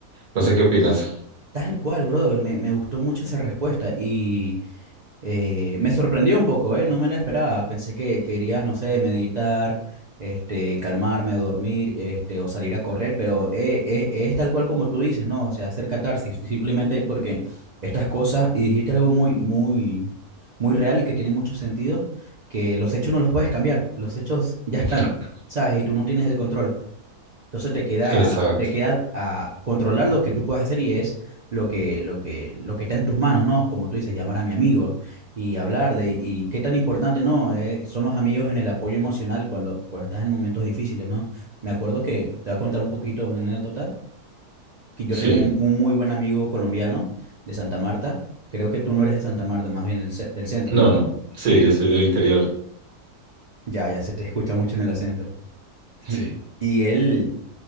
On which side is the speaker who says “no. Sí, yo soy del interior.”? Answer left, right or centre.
Right